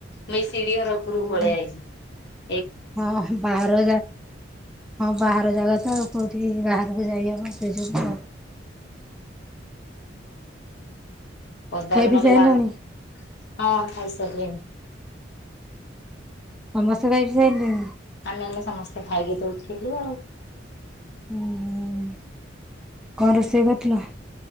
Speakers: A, on the left; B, in the centre.
A: ମୁ ଶିଡି ର ଉପକୁ
B: ହଁ
A: ପଳେଇ ଯାଇଛି।
B: ହଁ ବାହାରା ହଁ ବାହାର ଜାଗା ତ କେଉଁଠି ବାହାରକୁ ଯାଇ ଆବ ସେ ଯୋଗୁଁ
A: ପଦା
B: ଖାଇ
A: ବି
B: ପିଇ
A: ନହେଲେ
B: ସାଇଲଣି?
A: ବାହାର ହଁ ଖାଇସାରିଲେଣିି।
B: ସମସ୍ତେ ଯାଇକି ସେ
A: ଆମେ ଏ ସମସ୍ତେ ଖାଇକି ତ ଉଠିଲୁ ଆଉ।
B: ଉଁ କଣ ରୋଷେଇ କଥିଲ?